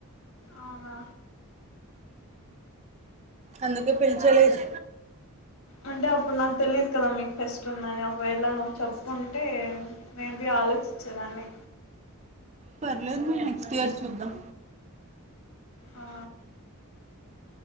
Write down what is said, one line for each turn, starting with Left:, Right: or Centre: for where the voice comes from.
Left: అవునా
Right: అందుకే పిలిచలేదు
Left: అంటే అప్పుడు నాకు తెలీయదు కదా మీకు ఫెస్ట్ ఉందని ఒకవేళ నువ్వు చెప్పుంటే మేబీ ఆలోచించేదాన్ని
Right: పర్లేదు మ నెక్స్ట్ ఇయర్ చూద్దాం
Left: ఆ